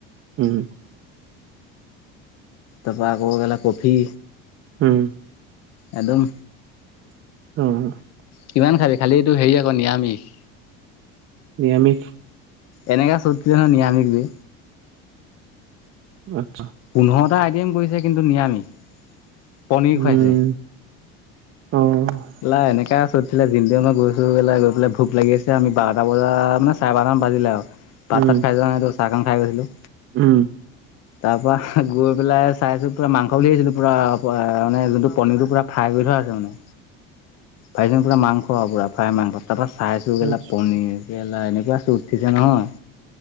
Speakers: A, on the right (about 45°); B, on the left (about 55°).
A: উম,
B: তাৰপৰা আকৌ কেলা আকৌ কফি
A: হম।
B: একদম।
A: অহ ',
B: কিমান খালি খালিটো হেৰি আকৌ নিৰামিষ।
A: নিৰামিষ
B: এনেকুৱা চোট উঠে নহয় নিৰামিষ দি।
A: আচ্ছা।
B: পোন্ধৰটা আইটেম কৰিছে কিন্তু নিৰামিষ। পনীৰ
A: উম,
B: খুৱাইছে।
A: অ',
B: লাই এনেকাে আছো। আছিলে দিনটোৱে মই গৈছো বলে গৈ পেলাই ভোক লাগি আছে আমি বাৰটা বজা মানে চাৰে বাৰটামান বাজিলে আৰু। ভাত
A: উম,
B: চাত খাই যোৱা নাই টো। চাহ কণ খাই গৈছিলোঁ।
A: উম,
B: তাৰ পৰা গৈ পেলাই। চাইছো পুৰা মাংস বুলি ভাবিছিলো। পুৰা মানে যোনটো পনিৰটো পুৰা ফ্ৰাই কৰি থোৱা আছে মানে। ভাবিছোঁ পুৰা মাংস পুৰা ফ্ৰায় মাংস তাৰপা। চাইছোঁ কেলা
A: আচ্ছা,
B: পনীৰ। কেলা এনেকুৱা চোট উঠিছে নহয়।